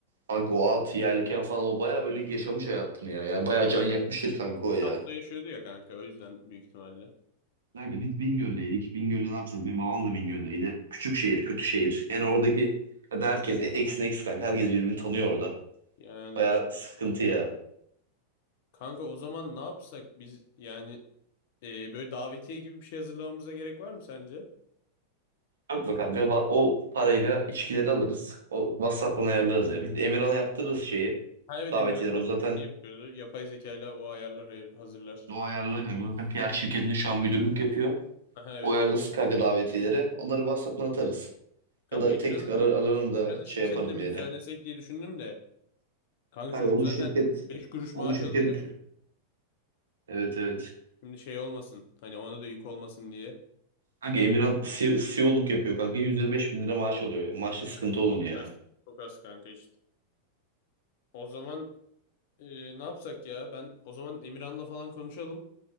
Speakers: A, on the right; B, on the left.
A: Kanka o at yelken falan o baya böyle yaşamış hayatını ya. Yani baya can yakmıştır kanka
B: O
A: o
B: İstanbul'da
A: ya.
B: yaşıyordu ya kanka o yüzden büyük ihtimalle.
A: Kanka biz Bingöl'deydik. Bingöl'de ne yapacağız? Benim babam da Bingöl'deydi. Küçük şehir, kötü şehir. Yani oradaki yani herkes eksin eks kanka. Herkes birbirini tanıyor orada.
B: Yani
A: Baya
B: işte-
A: sıkıntı ya.
B: kanka o zaman ne yapsak biz yani e, böyle davetiye gibi bir şey hazırlamamıza gerek var mı sence?
A: Yapma kanka va- o parayla içkileri alırız. O WhatsApp'tan ayarlarız ya. Biz Emirhan'a yaptırırız şeyi.
B: Ha evet
A: Davetiyeleri.
B: Emirhan zaten
A: O zaten
B: şey yapıyordu. Yapay zekayla o ayarlar hayır- hazırlar.
A: o ayarlı kanka. O zaten PR şirketinde şu an müdürlük yapıyor.
B: Aha evet.
A: O ayarlasın kanka davetiyeleri. Onları WhatsApp'tan atarız.
B: Kanka
A: Ya da
B: bu Emirhan'ı
A: tek tek arar, ararım da
B: Emirhan'ı
A: şey
B: şirketle
A: yaparım
B: mi
A: yani.
B: düzenlesek diye düşündüm de. Kanka
A: Kanka
B: çocuk
A: onun
B: zaten
A: şirket
B: 5 kuruş
A: onun
B: maaş
A: şirket
B: alıyor.
A: evet evet.
B: Şimdi şey olmasın. Hani ona da yük olmasın diye
A: Kanka
B: şey
A: Emirhan
B: yapmak.
A: C- CEO'luk yapıyor kanka 125 bin lira maaş oluyor. Maaşta sıkıntı
B: Yani
A: olun
B: çok
A: ya.
B: az. Çok az kanka işte. O zaman e, ne yapsak ya? Ben o zaman Emirhan'la falan konuşalım.